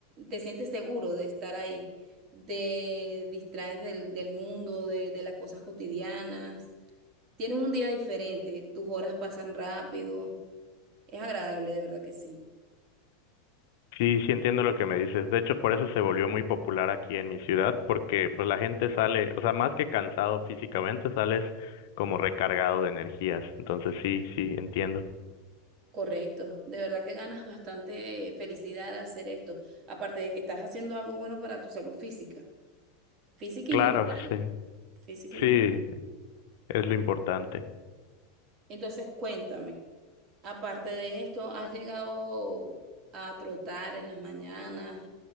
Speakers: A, on the right; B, on the left.
A: te sientes seguro de estar ahí, te distraes del, del mundo, de, de las cosas cotidianas. Tienes un día diferente, tus horas pasan rápido, es agradable, de verdad que sí.
B: Sí, sí entiendo lo que me dices. De hecho, por eso se volvió muy popular aquí en mi ciudad, porque pues la gente sale, o sea, más que cansado físicamente, sales como recargado de energías. Entonces, sí, sí, entiendo.
A: Correcto, de verdad que ganas bastante felicidad al hacer esto, aparte de que estás haciendo algo bueno para tu salud física, física
B: Claro,
A: y mental,
B: sí,
A: física y mental.
B: sí, es lo importante.
A: Entonces, cuéntame, aparte de esto, ¿has llegado a trotar en las mañanas?